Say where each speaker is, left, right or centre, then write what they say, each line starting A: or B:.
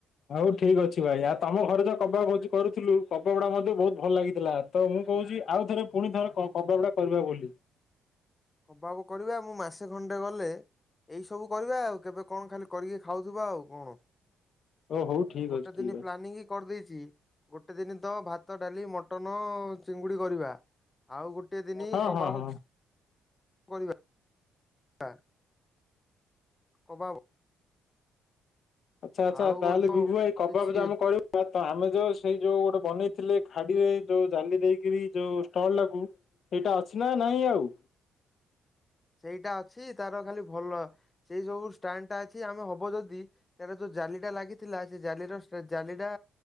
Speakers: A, on the left; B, on the left.
A: ଆଉ ଠିକ୍ ଅଛି ଭାଇ ଆଉ ତମ ଘରେ ଯ କବା ଖ କରୁଥିଲୁ କବ ଗୁଡାକ ମଧ୍ୟ ବହୁତ ଭଲ ଲାଗିଥିଲା। ତ ମୁଁ କହୁଛି ଆଉ ଥରେ ପୁଣି ଥରେ କଦଳିଟା କରିବା ବୋଲି।
B: ଅଭାବ କରିବେ ମୁଁ ମାସେ ଖଣ୍ଡେ ଗଲେ ଏଇ ସବୁ କରିବା ଆଉ କେବେ କଣ ଖାଲି କରିକି ଖାଉଥିବା ଆଉ କଣ।
A: ଓ ହଉ ଠିକ
B: ଗୋଟେ
A: ଅଛି ଠିକ
B: ଦିନି
A: ଅଛି
B: ପ୍ଲାନିଂ କରିଦେଇଛି ଗୋଟେ ଦିନ ତ ଭାତ ଡାଲି ମଟନ ଚିଙ୍ଗୁଡ଼ି କରିବା। ଆଉ ଗୋଟେ ଦିନି
A: ହଁ
B: କବାବ
A: ହଁ ହଁ
B: କରିବା। ଆ। କବାବ?
A: ଆଚ୍ଛା ଆଚ୍ଛା
B: ଆଉ
A: ତାହେଲେ
B: ଗୋଟେ ଦିନ
A: ବିଭୁ ଭାଇ କବାବ
B: କିଛି
A: ଯୋଉ ଆମେ କରିବୁ ତା ତ ଆମେ ଯୋଉ ସେଇ ଯୋଉ ଗୋଟେ ବନେଇଥିଲେ ଖାଡିରେ ଯୋଉ ଜାଲି ଦେଇକିରି ଯୋଉ ଷ୍ଟଲ୍ ଟାକୁ ସେଇଟା ଅଛି ନାଁ ନାହିଁ ଆଉ?
B: ସେଇଟା ଅଛି ତାର ଖାଲି ଭଲ ସେଇ ସବୁ ଷ୍ଟାଣ୍ଡଟା ଅଛି ଆମେ ହବ ଯଦି ତାର ଯୋଉ ଜାଲିଟା ଲାଗିଥିଲା ସେ ଜାଲିର ସେ ଜାଲି ଟା